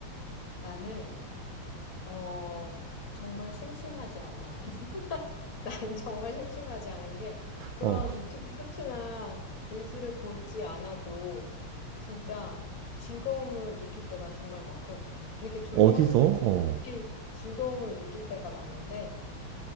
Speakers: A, on the left; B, on the right.
A: 나는, 어, 정말 심심하지 않아. <laughs> 나는 정말 심심하지 않은 게 그런
B: 어,
A: 유튜브 쇼츠나 릴즈를 보지 않아도 진짜 즐거움을 느낄 때가 정말 많거든. 되게 조용할
B: 어디서?
A: 때 특히
B: 어,
A: 즐거움을 느낄 때가 많은데